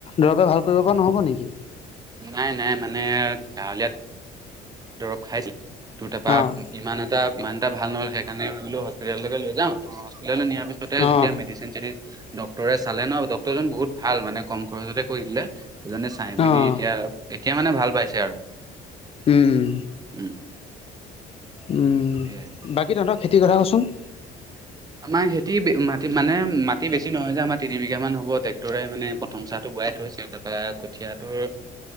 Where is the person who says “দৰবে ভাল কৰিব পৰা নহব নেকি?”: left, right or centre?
Left